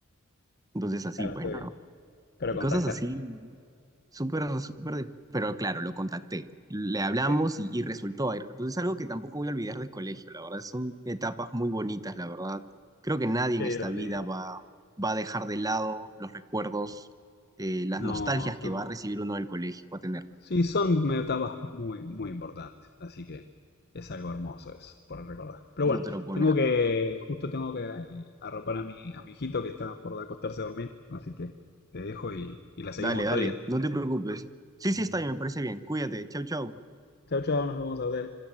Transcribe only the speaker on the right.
Entonces así,
pues,
¿no?
Y
cosas así, Súper, súper, de- pero claro, lo contacté. Le hablamos
y, y resultó. ahí. Entonces es algo que tampoco voy a olvidar del colegio, la verdad. Son etapas muy bonitas, la verdad. Creo que nadie
en
esta vida va, va a dejar de lado los recuerdos, eh, las
nostalgias
que va a recibir uno del colegio, va a tener.
No
te lo pone.
Dale,
dale,
no te preocupes. Sí, sí, está bien, me parece bien. Cuídate. Chau, chau.